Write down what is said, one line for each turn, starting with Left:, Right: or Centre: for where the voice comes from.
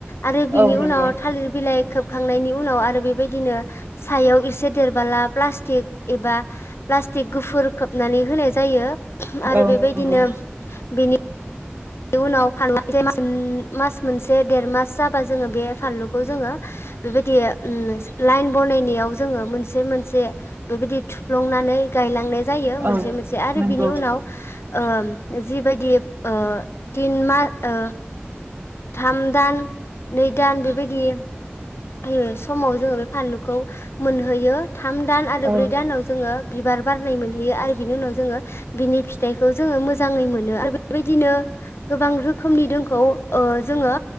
Left: आरो बिनि
Right: औ नंगौ
Left: उनाव थालिर बिलाइ खोबखांनायनि उनाव आरो बेबायदिनो सायाव एसे देरबोला प्लास्टिक एबा प्लास्टिक गुफुर खोबनानै होनाय जायो आरो
Right: औ
Left: बेबायदिनो
Right: नंगौ
Left: बिनि बेनि उनाव फानलुआ ओम मास मोनसे देर मास जाबा जोङो बे फानलुखौ जोङो बेबायदि ओम लाइन बनायनायाव जोङो मोनसे मोनसे बेबायदि थुफ्लुंनानै गायलांनाय जायो मोनसे
Right: औ
Left: मोनसे आरो
Right: नंगौ
Left: बिनि उनाव ओ जिबायद गेब ओ तिन मा ओ थाम दान नै दान बेबायदि बे समाव जोङो बे फानलुखौ मोनहैयो थाम दान आरो
Right: औ
Left: ब्रै दानाव जोङो बिबार बारनाय मोनहैयो आरो बिनि उनाव जोङो बिनि फिथाइखौ जोङो मोजाङै मोनो आरो बेबायदिनो गोबां रोखोमनि दो खौ ओ जोङो